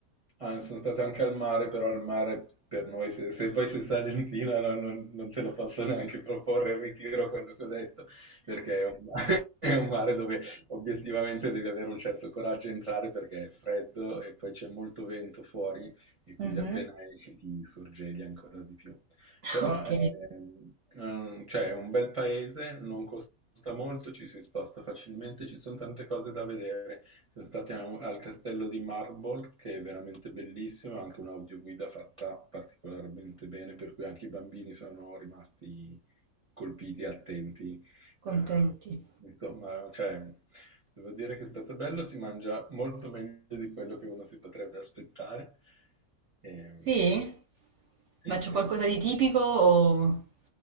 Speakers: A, on the right; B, on the right.
A: Ah, sono stato anche al mare, però al mare per noi, se, se poi sei salentina, no, non, non te lo posso neanche proporre, ritiro quello che ho detto, perché è un mare, <laughs> è un mare dove obiettivamente devi avere un certo coraggio a entrare perché è freddo e poi c'è molto vento fuori e quindi
B: Mhm.
A: appena esci ti sorgeli ancora di più.
B: <laughs>
A: Però
B: Ok,
A: ehm, ehm, cioè, è un bel paese, non costa molto, ci si sposta facilmente, ci sono tante cose da vedere. Siamo stati a un- al castello di Marble, che è veramente bellissimo, anche un'audioguida fatta particolarmente bene, per cui anche i bambini sono rimasti colpiti, attenti.
B: contenti.
A: eh, insomma, cioè, devo dire che è stato bello, si mangia molto meglio di quello che uno si potrebbe aspettare. Ehm,
B: Sì?
A: sì,
B: Ma c'è
A: sì.
B: qualcosa di tipico o...